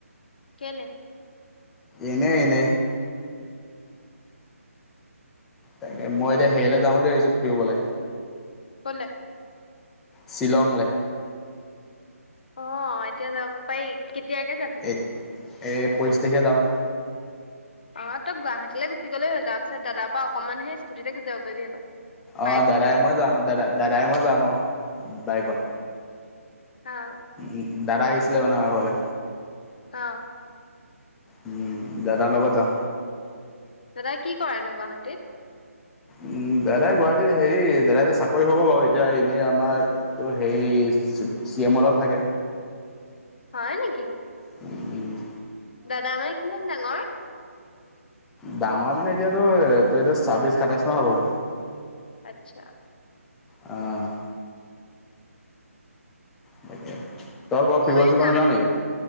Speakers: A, on the left (about 40°); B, in the centre.
A: কেলে
B: এনেই এনেই তাকে মই এতিয়া হেৰিলে যাম বুলি ভাবিছো ফুৰিবলে
A: ক'লে
B: শ্বিলংলে
A: অ এতিয়া যাব পাৰি কেতিয়াকে যাবি
B: এই এই পঁচিছ তাৰিখে যাম
A: অ তই গুৱাহাটীলে গুচি গলেই হ'ল তাৰপিছত দাদাৰ পৰা অকণমানহে স্কুটিতে গুছি যাব পাৰিবি সেইকণ বাইক
B: অ দাদাই
A: স্কুটি
B: মই
A: কিনি
B: যাম দাদা দাদাই মই যাম আৰু বাইকত
A: অ
B: উ দাদা আহিছিলে মানে আমা ঘৰলে
A: অ
B: উম দাদা লগত যাম
A: দাদা কি কৰেনো গুৱাহাটীত
B: উম দাদাই গুৱাহাটীত হেৰি দাদাই এতিয়া চাকৰি হ'ব বাৰু এতিয়া এনেই আমাৰ ত সেই চি এম লগত থাকে
A: হয় নেকি
B: উম
A: দাদা মানে কিমান ডাঙৰ
B: ডাঙৰ মানে এতিয়াতো তই এইটো ছাব্বিশ সাতাইছ মান হ'বগে
A: আচ্ছা
B: অ তই কৰবাত ফুৰিব
A: ময়ো
B: চুৰিব
A: যাম
B: নাযাও নেকি